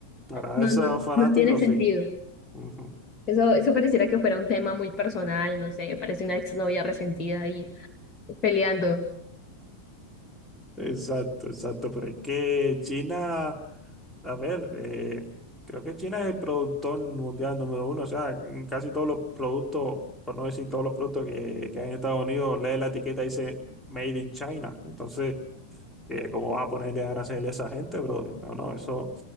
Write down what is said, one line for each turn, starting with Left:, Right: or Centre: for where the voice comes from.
Centre: para
Left: No,
Centre: esos
Left: no,
Centre: fanáticos,
Left: no tiene sentido.
Centre: sí. Ujú.
Left: Eso, eso pareciera que fuera un tema muy personal, no sé, parece una exnovia resentida ahí peleando.
Centre: Exacto, exacto, pero es que China, a ver, eh, creo que China es el productor mundial número uno, o sea, en casi todos los productos, por no decir todos los productos que, que hay en Estados Unidos, lee la etiqueta y dice Made in China, entonces... Eh, ¿Cómo vas a ponerle a aranceles a esa gente, brother? No, no, eso.